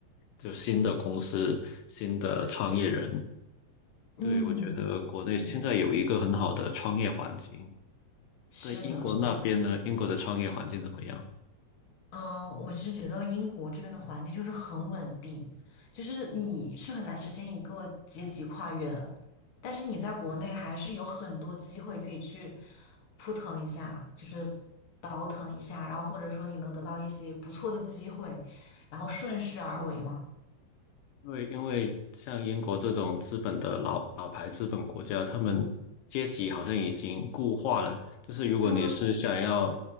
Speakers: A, on the left (about 80°); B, on the left (about 55°).
A: 就新的公司、新的创业人。
B: 嗯。
A: 对，我觉得国内现在有一个很好的创业环境，
B: 对，是的，
A: 但英国那边呢？
B: 是的，
A: 英国的创业环境怎么样？
B: 嗯，我是觉得英国这边的环境就是很稳定，就是你是很难实现一个阶级跨越的，但是你在国内还是有很多机会可以去扑腾一下，就是倒腾一下，然后或者说你能得到一些不错的机会，然后顺势而为嘛。
A: 因为，因为像英国这种资本的老老牌资本国家，他们阶级好像已经固化了。就是如果你是想要
B: 对。